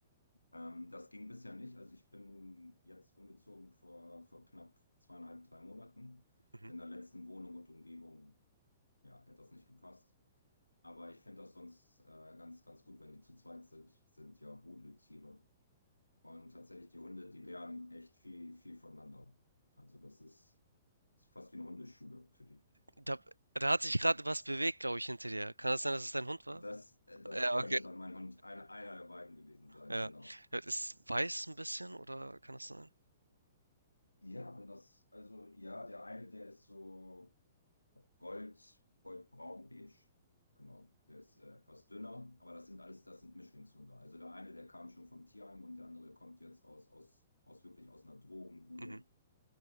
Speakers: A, on the left; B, on the right.
A: Ähm, das ging bisher nicht. Also ich bin jetzt umgezogen vor, vor knapp zweieinhalb, drei Monaten.
B: Mhm.
A: Und In der letzten Wohnung und Umgebung, ja, hätte das nicht gepasst. Aber ich finde das sonst äh, ganz, ganz gut, wenn die zu zweit sind, sind ja Rudeltiere. Und tatsächlich, die Hunde, die lernen echt viel, viel voneinander. Also das ist, ist fast wie eine Hundeschule für die.
B: Da, da hat sich gerade was bewegt, glaube ich, hinter dir. Kann das sein, dass es dein Hund war?
A: Das, äh, das
B: Ja,
A: könnte
B: okay.
A: dann mein Hund, einer, einer der beiden gewesen sein,
B: Ja.
A: genau.
B: Ja, Ist weiß ein bisschen oder kann das sein?
A: Ja, wenn das, also ja, der eine, der ist so. Gold, Goldbraun, beige. Genau, der ist äh, etwas dünner, aber das sind alles, das sind Mischlingshunde. Also der eine, der kam schon vom Tierheim und der andere kommt jetzt aus, aus, aus wirklich aus einer Drogenbude.
B: Mhm.